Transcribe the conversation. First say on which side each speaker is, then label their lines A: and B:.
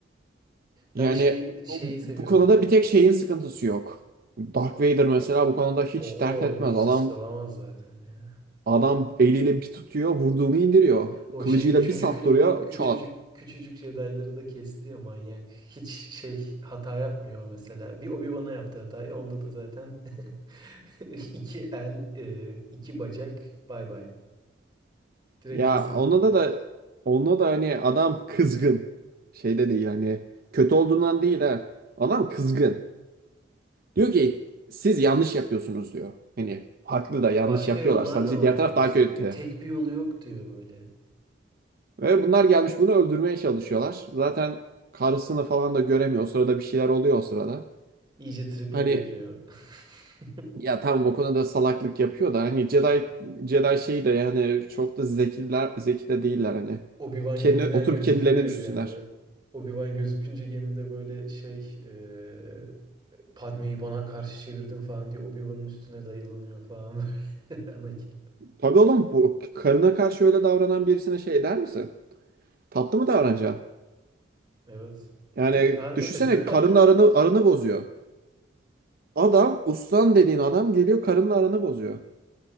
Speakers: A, on the right (about 25°); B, on the right (about 55°).
A: Ben
B: Yani
A: şey şeyi
B: o-
A: seviyordum
B: bu konuda
A: ya.
B: bir tek şeyin sıkıntısı yok. Dark Vader mesela bu konuda hiç
A: O,
B: dert etmez.
A: o hiç
B: Adam
A: ıskalamaz zaten ya.
B: adam eliyle bir tutuyor, vurduğunu indiriyor.
A: O
B: Kılıcıyla
A: şey üçüncü
B: bir saptırıyor,
A: filmde küçücük
B: çat.
A: küçücük Jedi'ları da kesti ya manyak. Hiç şey hata yapmıyor mesela. Bir Obi-Wan'a yaptı hatayı. Onda da zaten <laughs> iki el, e, iki bacak bay bay. Direkt
B: Ya
A: kesildi.
B: onda da da onda da hani adam kızgın. Şeyde değil hani kötü olduğundan değil ha. Adam kızgın. Diyor ki siz yanlış yapıyorsunuz diyor. Hani haklı da yanlış
A: Başka
B: yapıyorlar.
A: yollar
B: Sadece
A: da var
B: diğer taraf
A: diyor
B: daha
A: işte.
B: kötü.
A: Tek bir yolu yok diyor böyle.
B: Ve bunlar gelmiş bunu öldürmeye çalışıyorlar. Zaten karısını falan da göremiyor. O sırada bir şeyler oluyor o sırada.
A: İyice triplere
B: Hani
A: giriyor. <laughs>
B: ya tamam o konuda salaklık yapıyor da hani Jedi Jedi şeyi de yani çok da zekiler zeki de değiller hani.
A: Obi-Wan
B: Kendi
A: gemiden
B: oturup
A: gözüküyor
B: kendilerine
A: ya
B: düşünsünler.
A: bir anda. Obi-Wan gözükünce gemide böyle şey e, Padme'yi bana karşı çevirdin falan diye Obi-Wan'ın üstüne dayılanıyor falan böyle. <laughs> Anakin.
B: Tabii oğlum bu karına karşı öyle davranan birisine şey der misin? Tatlı mı davranacaksın?
A: Evet.
B: Yani
A: Bir tık harbi
B: düşünsene
A: <laughs> haklı.
B: karının aranı, aranı bozuyor. Adam ustan dediğin adam geliyor karının aranı bozuyor.